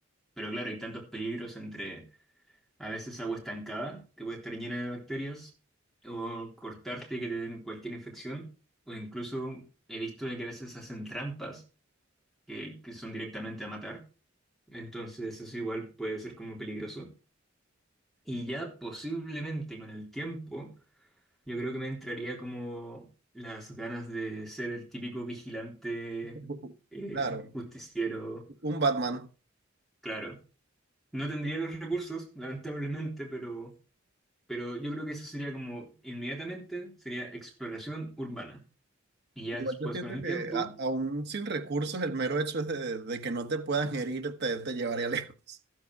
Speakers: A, in the centre; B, on the right.
A: Pero claro, hay tantos peligros entre a veces agua estancada, que puede estar llena de bacterias, o cortarte y que te den cualquier infección, o incluso he visto de que a veces hacen trampas que, que son directamente a matar. Entonces eso igual puede ser como peligroso. Y ya posiblemente con el tiempo Yo creo que me entraría como las ganas de ser el típico vigilante
B: <laughs>
A: eh,
B: Claro.
A: justiciero,
B: Un Batman.
A: claro. No tendría los recursos, lamentablemente, pero, pero yo creo que eso sería como inmediatamente, sería exploración urbana. Y ya
B: Igual
A: después
B: yo siento
A: con el
B: que
A: tiempo,
B: a- aún sin recursos, el mero hecho es de, de que no te puedan herir te, te llevaría <laughs> lejos.